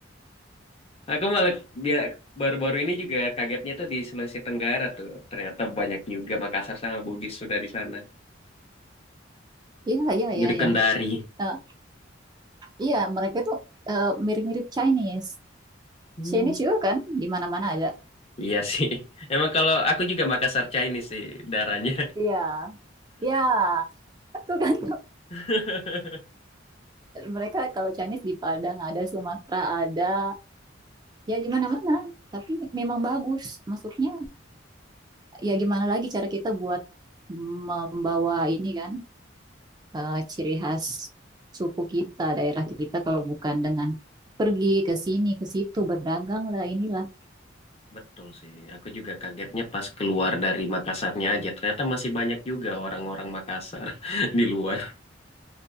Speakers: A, on the left; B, on the right.
A: Nah, Aku malah dia baru-baru ini juga kagetnya tuh di Sulawesi Tenggara tuh. Ternyata banyak juga Makassar sama Bugis sudah di sana.
B: Iya, iya, iya,
A: Jadi
B: iya.
A: Kendari.
B: Eh, iya, mereka itu eh, mirip-mirip Chinese.
A: Hmm.
B: Chinese juga kan, di mana-mana ada.
A: Iya sih. <laughs> Emang kalau aku juga Makassar Chinese sih darahnya.
B: Iya, iya. Itu kan
A: <laughs>
B: <laughs> mereka kalau Chinese di Padang ada, Sumatera ada, ya di mana-mana. Tapi memang bagus. Maksudnya, ya gimana lagi cara kita buat membawa ini kan eh, ciri khas suku kita, daerah kita kalau bukan dengan pergi ke sini ke situ berdagang lah inilah.
A: Betul sih. Aku juga kagetnya pas keluar dari Makassarnya aja. Ternyata masih banyak juga orang-orang Makassar <laughs> di luar.